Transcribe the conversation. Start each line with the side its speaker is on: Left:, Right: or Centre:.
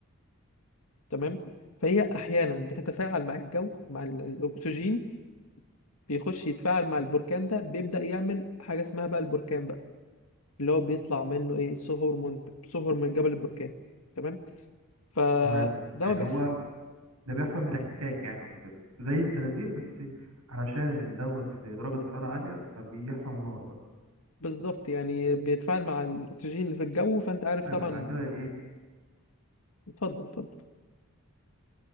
Left: تمام فهي أحيانا بتتفاعل مع الجو مع ال- الأكسجين بيخش يتفاعل مع البركان ده بيبدأ يعمل حاجة اسمها بقى البركان بقى اللي هو بيطلع منه إيه صهور من صهور من الجبل البركاني تمام فده
Right: تمام يعني
Left: ما بيحصل
Right: هو ده بيحصل من الاحتكاك يعني وكده زي الزلازل بس علشان دوت في درجة حرارة عالية فبيحصل نار بقى
Left: بالظبط يعني بيتفاعل مع الأكسجين اللي في الجو فأنت عارف
Right: تمام
Left: طبعا
Right: احنا كده يعني ايه
Left: اتفضل اتفضل